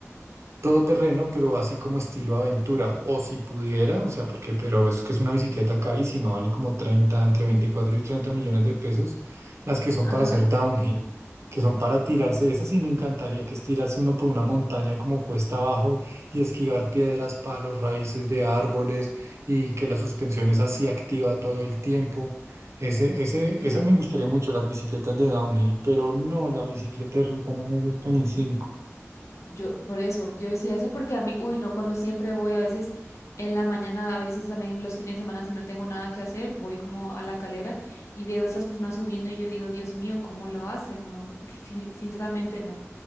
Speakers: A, on the right (about 65°); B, on the left (about 70°).
A: Todoterreno, pero así como estilo aventura, o si pudiera, o sea, porque, pero eso es que es una bicicleta carísima, vale como 30 entre 24
B: Sí.
A: y 30 millones de pesos, las que son
B: Ajá.
A: para hacer downhill, que son para tirarse, Esas sí me encantaría, que es tirarse uno por una montaña como cuesta abajo y esquivar piedras, palos, raíces de árboles y que la suspensión es así activa todo el tiempo. Ese, ese,
B: Ok.
A: esa me gustaría mucho, las bicicletas de downhill, pero no, la bicicleta de ruta no me gusta ni cinco.
B: Yo, por eso, yo decía eso porque a mí, uy, no, cuando siempre voy, a veces en la mañana, a veces también los fines de semana, si no tengo nada que hacer, voy como a la calera y veo a esas personas subiendo y yo digo, Dios mío, ¿cómo lo hacen? No, sin- sinceramente no.